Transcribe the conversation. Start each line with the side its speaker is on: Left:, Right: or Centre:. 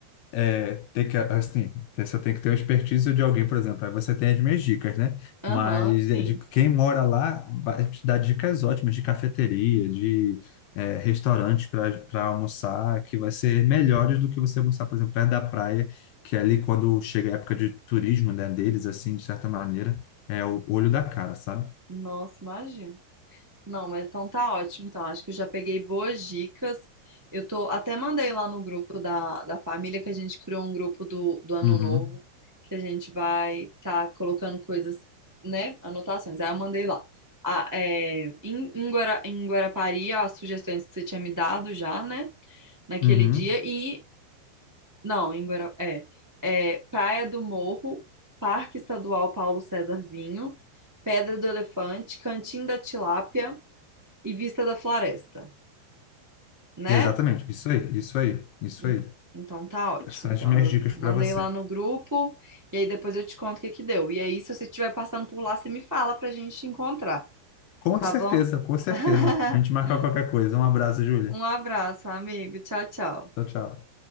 Left: é, tem que, assim, você tem que ter uma expertise de alguém, por exemplo. Aí você tem as minhas dicas, né?
Right: Aham,
Left: Mas
Right: sim.
Left: é de quem mora lá vai te dar dicas ótimas de cafeteria, de é, restaurante para almoçar, que vai ser melhores do que você almoçar, por exemplo, perto da praia, que é ali quando chega a época de turismo, né, deles, assim, de certa maneira, é o olho da cara, sabe?
Right: Nossa, imagina. Não, mas então tá ótimo. Então, acho que eu já peguei boas dicas. Eu tô até mandei lá no grupo da, da família que a gente criou um grupo do, do Ano
Left: Uhum,
Right: Novo, que a gente vai tá colocando coisas, né? Anotações. Aí eu mandei lá. Ah, é, em, em, Guara- em Guarapari, as sugestões que você tinha me dado já, né? Naquele
Left: uhum.
Right: dia. e Não, em Guara... é, é Praia do Morro, Parque Estadual Paulo César Vinho, Pedra do Elefante, Cantinho da Tilápia e Vista da Floresta, né?
Left: Exatamente, isso aí, isso aí, isso
Right: Hum,
Left: aí.
Right: Então tá ótimo.
Left: Essas são
Right: Então,
Left: as minhas
Right: eu
Left: dicas
Right: mandei
Left: para você.
Right: lá no grupo e aí depois eu te conto o que que deu. E aí, se você estiver passando por lá, você me fala pra gente encontrar,
Left: Com
Right: tá
Left: certeza,
Right: bom?
Left: com certeza.
Right: <laughs>
Left: A gente marca qualquer coisa. Um abraço, Júlia.
Right: Um abraço, amigo. Tchau, tchau.
Left: Tchau, tchau.